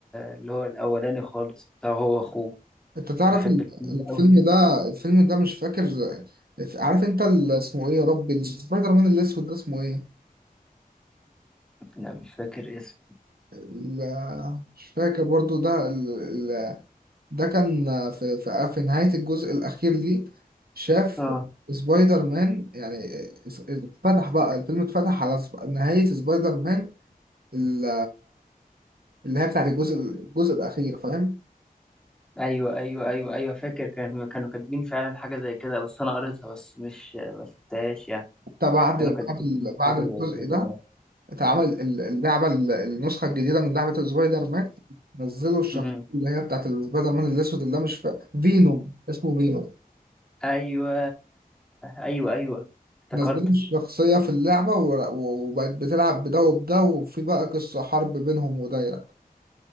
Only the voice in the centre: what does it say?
اللي هو الاولاني خالص بتاع هو اخوه
كنت بحب
الفيلم
ده قوي
لا مش فاكر اسمه
اه
ايوه ايوه ايوه ايوه فاكر كان كانوا كاتبين فعلا حاجه زي كده بس انا قريتها بس مش ما شفتهاش يعني
كانوا
كاتبين
حاجه
زي كده
يعني
امم
ايوه ايوه ايوه افتكرت